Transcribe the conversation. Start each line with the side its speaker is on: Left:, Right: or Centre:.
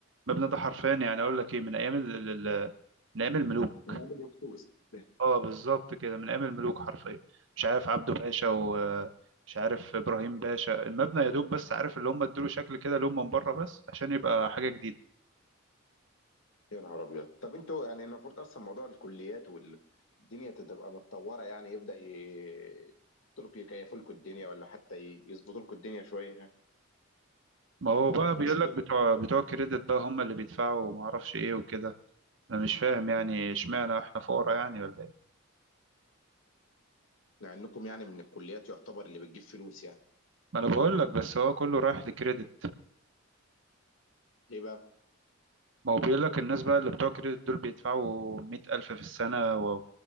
Right: المبنى ده حرفيا يعني أقول لك إيه من أيام ال- ال- ال- من أيام الملوك
Left: نعمل يكتوز <laughs>
Right: اه بالظبط كده من ايام الملوك حرفيا مش عارف عبده باشا ومش عارف ابراهيم باشا المبنى يا دوب بس عارف اللي هم ادوا شكل كده لون من بره بس عشان يبقى حاجه جديده
Left: يا نهار ابيض طب انتوا يعني المفروض اصلا موضوع الكليات والدنيا تبقى متطوره يعني يبدا ي- يحطوا يكيفوا لكم الدنيا ولا حتى ي- يظبطوا لكم الدنيا شويه يعني
Right: ما هو بقى
Left: يعني
Right: بيقول
Left: مش
Right: لك
Left: كده
Right: بتوع بتوع كريدت بقى هم اللي بيدفعوا وما اعرفش ايه وكده انا مش فاهم يعني اشمعنى احنا فقراء يعني ولا ايه
Left: مع انكم يعني من الكليات يعتبر اللي بتجيب فلوس يعني
Right: ما انا بقول لك بس هو كله رايح لكريدت
Left: ليه بقى؟
Right: ما هو بيقول لك الناس بقى اللي بتوع كريدت دول بيدفعوا 100000 في السنه و...